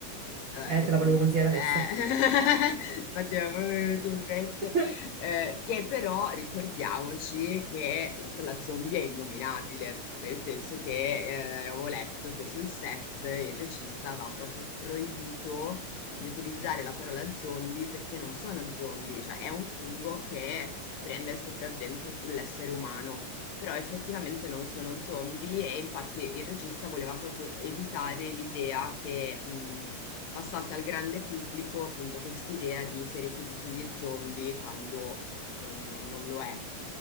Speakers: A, on the left; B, on the right.
A: Ehm,
B: Eh,
A: che
B: te
A: comunque
B: la volevo consigliare
A: eh,
B: adesso.
A: <laughs> infatti mi era proprio venuto in mente,
B: <laughs>
A: ehm, che però ricordiamoci che la parola zombie è innominabile, nel senso che, ehm, avevo letto che sul set il regista aveva proprio proibito di utilizzare la parola zombie perché non sono zombie, cioè è un fungo che prende il sopravvento sull'essere umano però effettivamente non sono zombie e infatti il regista voleva proprio evitare l'idea che mh, passasse al grande pubblico appunto quest'idea di serie TV sugli zombie quando non, non- non lo è.